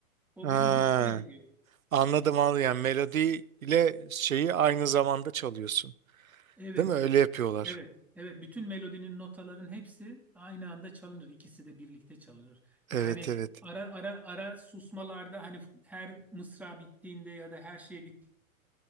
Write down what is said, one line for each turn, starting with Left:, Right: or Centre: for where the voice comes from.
Centre: O
Right: Ha,
Centre: benim hoşuma gidiyor.
Right: anladım al yani melodi ile şeyi aynı zamanda çalıyorsun.
Centre: Evet,
Right: Değil mi?
Centre: evet.
Right: Öyle yapıyorlar.
Centre: Evet, evet. Bütün melodinin notaların hepsi aynı anda çalınır. İkisi de birlikte çalınır.
Right: Evet
Centre: Yani
Right: evet.
Centre: ara ara ara susmalarda hani her mısra bittiğinde ya da her şey bit